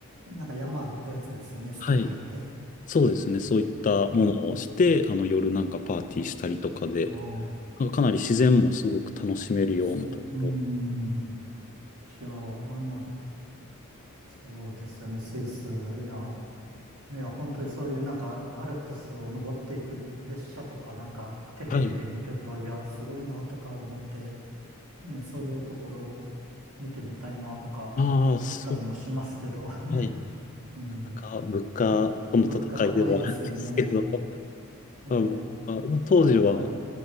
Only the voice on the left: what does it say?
はい。そうですね。そういったものをして、
あの、夜なんかパーティーしたりとかで、
なんかかなり自然もすごく楽しめるようなところ。
はい。
ああ、そう。
はい
なかなか物価との戦いではあるんですけど、
<laughs>
まあ、物価当時は、